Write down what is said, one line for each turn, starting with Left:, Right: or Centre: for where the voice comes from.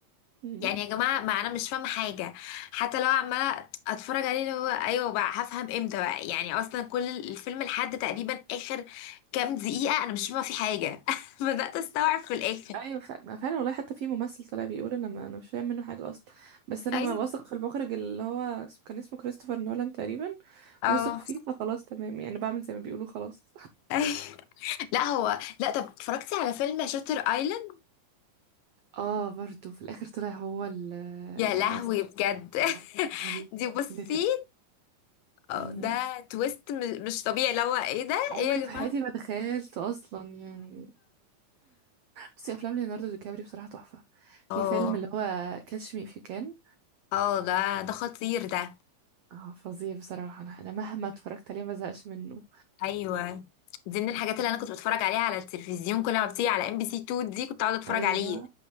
Right: مم.
Left: يعني يا جماعه ما انا مش فاهمه حاجه حتى لو عماله اتفرج عليه اللي هو ايوه بقى هفهم امتى بقى يعني اصلا كل الفيلم لحد تقريبا اخر كام دقيقه انا مش فاهمه في حاجه <laughs> بدات استوعب في الاخر
Right: ايوه فعلا فعلا والله حتى في ممثل طلع بيقول انا ما انا مش فاهم منه حاجه اصلا بس انا
Left: ايوه
Right: ما واثق في المخرج اللي هو اسمه- كان اسمه كريستوفر نولان تقريبا
Left: اه
Right: واثق فيه
Left: <laughs>
Right: فخلاص تمام يعني بعمل زي ما بيقولوا خلاص <laughs>
Left: أيوة. لا هو لا طب اتفرجتي على فيلم شاتر ايلاند
Right: اه برضو في الاخر طلع هو ال-
Left: يا لهوي
Right: اللي اصلا
Left: بجد
Right: هو
Left: <laughs>
Right: هو بي-
Left: دي بصي
Right: بيغري.
Left: اه
Right: مم.
Left: ده تويست م- مش طبيعي اللي هو ايه ده
Right: <laughs> عمري
Left: ايه يا
Right: في
Left: جماعه
Right: حياتي ما تخيلت اصلا يعني بصي افلام ليوناردو دي كابري بصراحه تحفه
Left: اه
Right: في فيلم اللي هو كاتش مي اف يو كان
Left: اه ده ده خطير ده
Right: اه فظيع بصراحه انا انا مهما اتفرجت عليه ما زهقش منه
Left: ايوه دي من الحاجات
Right: تحفة.
Left: اللي انا كنت بتفرج عليها على التلفزيون كل ما بتيجي على ام بي سي 2 دي كنت اقعد اتفرج
Right: ايوه
Left: عليه